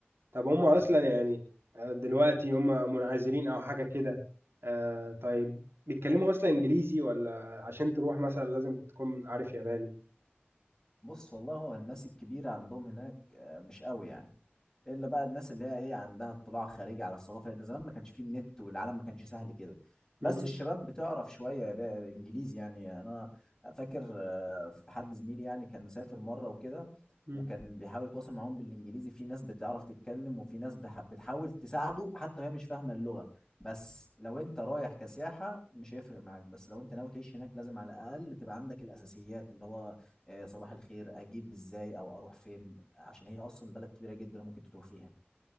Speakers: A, on the right; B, on the left.
A: طب هم اصلا
B: حقيقي
A: يعني آه، دلوقتي هم منعزلين او حاجه كده آه، طيب بيتكلموا اصلا انجليزي ولا عشان تروح مثلا لازم تكون عارف ياباني
B: بص والله هو الناس الكبيرة عندهم هناك آه، مش قوي يعني الا بقى الناس اللي هي ايه عندها اطلاع خارجي على الثقافه لان زمان ما كانش فيه النت والعالم ما كانش سهل كده بس
A: مهم.
B: الشباب بتعرف شويه بقى انجليزي يعني يعني انا فاكر آه، في حد زميلي يعني كان سافر مره وكده
A: مم.
B: وكان بيحاول يتواصل معاهم بالانجليزي في ناس بتعرف تتكلم وفي ناس بح- بتحاول تساعده حتى وهي مش فاهمه اللغه بس لو انت رايح كسياحه مش هيفرق معاك بس لو انت ناوي تعيش هناك لازم على الاقل تبقى عندك الاساسيات اللي هو آه، صباح الخير اجيب ازاي او اروح فين عشان هي اصلا بلد كبيره جدا وممكن تتوه فيها